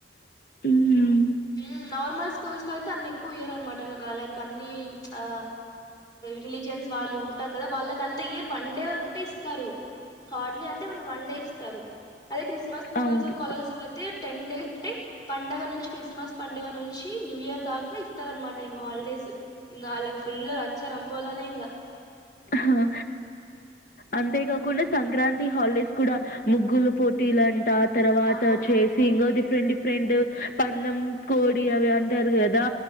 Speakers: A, on the left; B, on the left.
A: ఉహు
B: ఉమ్ నార్మల్ స్కూల్స్ లో అయితే అన్ని ఎక్కువ ఇయరన్నమాట ల లైక్ అన్ని ఆ రిలీజియన్స్ వాళ్ళు ఉంటారు కదా, వాళ్ళకంతా ఇయర్ వన్డే ఒకటే ఇస్తారు. హార్డ్లీ అన్ తే మనకి వన్ డే ఇస్తారు, అదే క్రిస్మస్ స్కూల్స్
A: అవును.
B: కాలేజెస్ నైతే టెన్ డేస్ అంటే పండుగ నుంచి క్రిస్మస్ పండుగ నుంచి న్యూ ఇయర్ దాకా ఇస్తారన్నమాట ఇంగ హాలిడేస్, ఇంగ ఆళ్ళకు ఫుల్లు అచ్చ. తంబోలనే ఇంగా
A: ఆహా అంతేకాకుండా. సంక్రాంతి హాలిడేస్ కూడా ముగ్గులు పోటీలంట తర్వాత
B: ఆ
A: చేసి ఇంకా డిఫరెంట్ డిఫె రెంట్ పందెం కోడి అవి అంటారు కదా